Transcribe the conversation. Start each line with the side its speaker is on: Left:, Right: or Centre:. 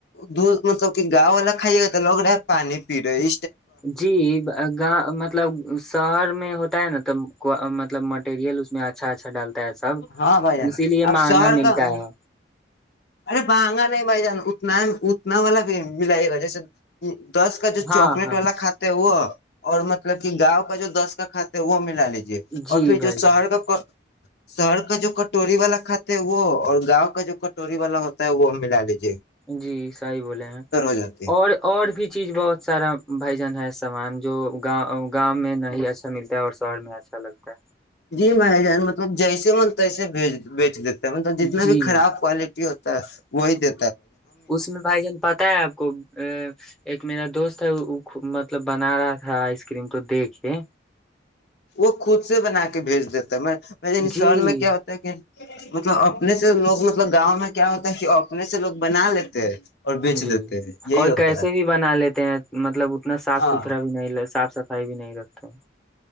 Left: دور مطلب کہ گاؤں والا کھائیے گا تو لگ رہا ہے پانی پی رہا
Centre: جی گاؤ مطلب شہر میں ہوتا ہے نا تو <inaudible> مطلب مٹیریل اس میں آتی اچھا اچھا ڈالتا ہے سب
Left: ہاں بھائی جان
Centre: اسی لیے
Left: اب
Centre: مہنگا
Left: شہر
Centre: ملتا
Left: کا
Centre: ہے
Left: ارے مہگا نہیں بھائی جان اتنا اتنا والا بھی ملائے گا جیسے دس کا جو
Centre: ہاں
Left: چاکلیٹ
Centre: ہاں
Left: والا کھاتا ہے وہ اور مطلب کہ گاؤں کا جو دس کا کات ہے وہ ملا ل
Centre: جی
Left: اور پھر
Centre: بھائی
Left: جو شہر
Centre: جان
Left: کا شہر کا جو کٹوری والا کھاتے ہے وہ اور گاؤں کا جو کٹوری والا ہوتا ہے وہ ملا لیتے
Centre: جی سیح بولے ہیں
Left: جاتے ہے
Centre: اور اور بھی چیز بہت سارا بھجن ہے سامان جو گاؤ گاؤں میں نہیں اچھا ملتا ہے اور شہر میں اچھا لگتا ہے
Left: جی مارا جانا تو جیسے من تیسے بھی بیچ دیتے مطلب
Centre: ہے
Left: جتنا
Centre: جی
Left: بھی خراب کوالٹی ہوتی وہئیتے
Centre: اس میں بھائی جان پتاہ ہے آپ کو ا ایک میرا دوست ہے وہ مطلب بنا رہا تھا آئس کریم تو دیکھ کے
Left: وہ خود سے بنا کے بھیج دیتا
Centre: جی
Left: سال میں کیا ہوتا ہے کہ مطلب اپنے سے لوگ مطلب گاؤں میں کیا ہوتا ہے کہ اپنے سے لوگ بنا لیتے ہیں اور بیچ
Centre: جی
Left: دیتے ہیں یہی
Centre: اور
Left: ہوتا
Centre: کیسے
Left: ہے
Centre: بھی بنا لیتے ہیں مطلب <inaudible> اتنا صاف
Left: ہاں
Centre: ستھر بھی نہیں ل <inaudible> <inaudible>